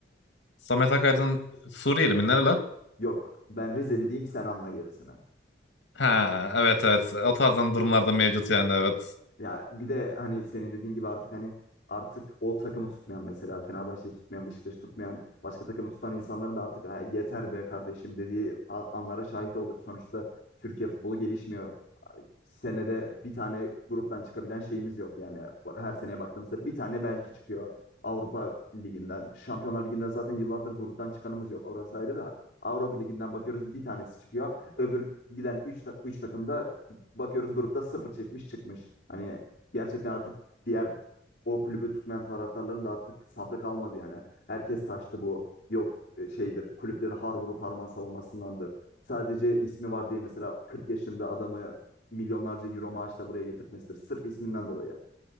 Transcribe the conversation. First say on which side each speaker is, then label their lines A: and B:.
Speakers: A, on the left (about 70°); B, on the left (about 50°).
A: Samet Akaydın Suriyeli mi? Nereli?
B: Yok ben Rizeli diyeyim sen anla gerisini.
A: Ha evet evet. O tarzdan durumlarda mevcut yani evet.
B: Ya bir de hani senin dediğin gibi artık hani artık o takımı tutmayan mesela Fenerbahçe'yi tutmayan Beşiktaş'ı tutmayan başka takımı tutan insanların da artık "Ha, yeter be kardeşim dediği a- anlara şahit olduk. Sonuçta Türkiye futbolu gelişmiyor. senede bir tane gruptan çıkabilen şeyimiz yok yani. Her seneye baktığımızda bir tane belki çıkıyor Avrupa Ligi'nden. Şampiyonlar Ligi'nden zaten yıllardır gruptan çıkanımız yok. Orası ayrı da Avrupa Ligi'nden bakıyoruz bir tanesi çıkıyor. Öbür giden 3 3 takımda bakıyoruz grupta sıfır çekmiş çıkmış. Hani gerçekten artık diğer o kulübü tutmayan taraftarların da artık sabrı kalmadı yani. Herkes taştı bu. Yok e, şeydir kulüplerin har vurup harman savunmasındandır sadece ismi var diye mesela 40 yaşında adamı milyonlarca euro maaşla buraya getirtmesidir. Sırf isminden dolayı.